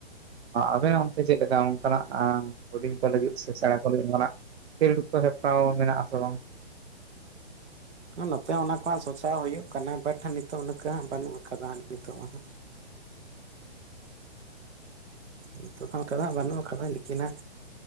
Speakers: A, on the right; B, on the right.
A: ᱟᱵᱮᱱᱟᱜ ᱚᱱᱛᱮ ᱪᱮᱫ ᱞᱮᱠᱟ, ᱚᱱᱠᱟᱱᱟᱜ ᱦᱩᱰᱤᱧ ᱠᱚ ᱞᱟᱹᱜᱤᱫ ᱥᱮ ᱥᱮᱬᱟ ᱠᱚ ᱞᱟᱹᱜᱤᱫ ᱚᱱᱠᱟᱱᱟᱜ ᱠᱷᱮᱞᱚᱰ ᱠᱚ ᱦᱮᱯᱨᱟᱣ ᱢᱮᱱᱟᱜᱼᱟ ᱟᱥᱮ ᱵᱟᱝ?
B: ᱱᱚᱛᱮ ᱚᱱᱟ ᱠᱚ ᱥᱚᱪᱟᱣ ᱦᱩᱭᱩᱜ ᱠᱟᱱᱟ ᱵᱟᱴ ᱱᱤᱛᱚᱜ ᱱᱚᱝᱠᱟᱱᱟᱜ ᱦᱟᱜ ᱵᱟᱹᱱᱩᱜ ᱟᱠᱟᱫᱟ ᱱᱤᱛᱚᱜ ᱢᱟᱦᱟᱼᱜ᱾ ᱱᱤᱛᱚᱜ ᱫᱚ ᱚᱱᱠᱟ ᱫᱚ ᱦᱟᱸᱜ ᱵᱟᱱᱩᱜ ᱠᱟᱫᱟ, ᱞᱤᱠᱤᱱ ᱱᱟᱜ